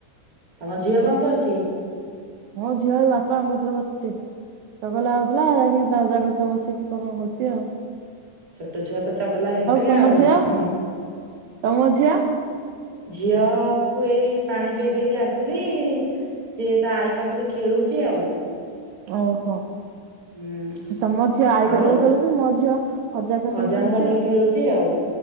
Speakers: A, on the right; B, on the right.
A: ତମ ଝିଅ କଥଁ କରୁଛି?
B: ମୋ ଝିଅ ଏଇ ବାପାଙ୍କ କତିରେ ବସିଛି ଚଗଲା ହଉଥିଲା ଯାଇକି ତା ଅଜାଙ୍କ କତିରେ ବସିକି କଣ ହଉଛି। ଆଉ
A: ଛୋଟ ଛୁଆ ତ ଚଗଲା ହେବେ
B: ତମ
A: ଆଉ
B: ଝିଅ
A: ହୁଁ।
B: ତମ ଝିଅ?
A: ଝିଅ କୁ ଏଇ ପାଣି ପେଇ ଦେଇକି ଆସିଲି ସିଏ ତା ଆଇ ପାଖରେ ଖେଳୁଛି ଆଉ।
B: ଓହୋ
A: ହୁଁ
B: ତମ ଝିଅ ଆଇ
A: ଆଉ
B: କତିରେ ଖେଳୁଛି ମୋ ଝିଅ ଅଜା କତିରେ
A: ଅଜାଙ୍କ
B: ଖେଳୁଛି
A: ପାଖରେ
B: ଆଉ
A: ଆଉ